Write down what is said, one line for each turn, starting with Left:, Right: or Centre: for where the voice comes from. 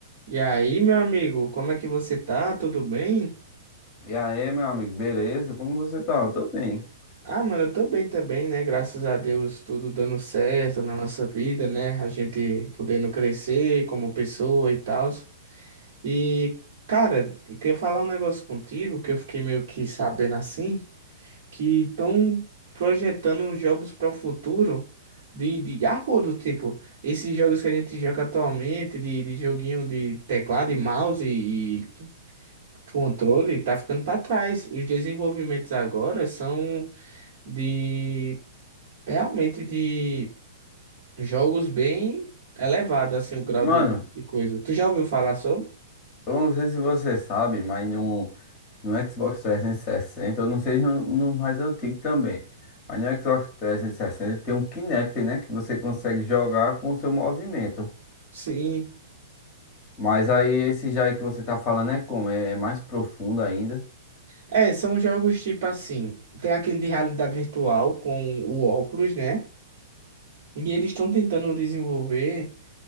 Right: E aí, meu amigo, como é que você tá? Tudo bem?
Left: E aí, meu amigo, beleza? Como você tá? Eu tô bem.
Right: Ah, mano, eu tô bem também, né? Graças a Deus, tudo dando certo na nossa vida, né? A gente podendo crescer como pessoa e tal. E, cara, eu queria falar um negócio contigo que eu fiquei meio que sabendo assim, que estão projetando jogos para o futuro de, de arrodo, tipo, esses jogos que a gente joga atualmente, de, de joguinho de teclado e mouse e controle está ficando para trás. Os desenvolvimentos agora são de realmente de jogos bem elevado, assim, o grau
Left: Mano,
Right: de, de coisa. Tu já ouviu falar sobre?
Left: eu não sei se você sabe, mas no, no Xbox 360, eu não sei no, no mais antigo também, mas no Xbox 360 tem um Kinect, né? Que você consegue jogar com o seu movimento.
Right: Sim.
Left: Mas aí esse já aí que você tá falando é como? É, é mais profundo ainda.
Right: É, são jogos tipo assim, tem aquele de realidade virtual com o óculos, né? E eles estão tentando desenvolver,